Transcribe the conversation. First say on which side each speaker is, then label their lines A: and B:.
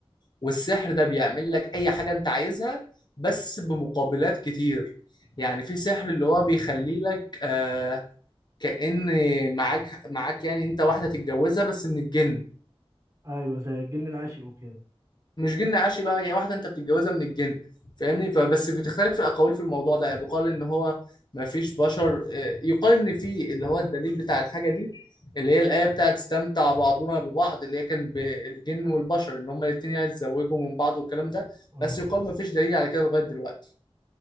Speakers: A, on the left; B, on the right.
A: والسحر ده بيعمل لك اي حاجة انت عايزها بس بمقابلات كتير يعني في سحر اللي هو بيخلي لك آه كأن معاك معاك يعني انت واحدة تتجوزها بس من الجن
B: ايوه زي الجن العاشق وكده
A: مش جن عاشي بقى هي واحده انت بتتجوزها من الجن فاهمني فبس بتختلف الاقاويل في الموضوع ده يعني بيقال ان هو ما فيش بشر آه، يقال ان في اللي هو الدليل بتاع الحاجه دي اللي هي الايه بتاعت استمتع بعضنا ببعض اللي هي كان بالجن والبشر ان هما الاثنين يتزوجوا من بعض والكلام ده
B: اه
A: بس يقال ما فيش دليل على كده لغايه دلوقتي